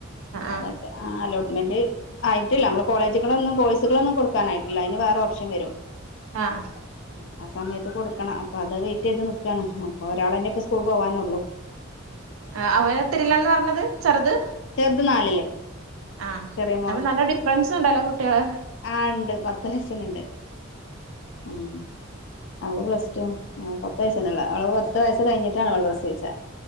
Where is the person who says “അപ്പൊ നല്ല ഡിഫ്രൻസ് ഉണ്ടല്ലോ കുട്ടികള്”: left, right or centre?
Right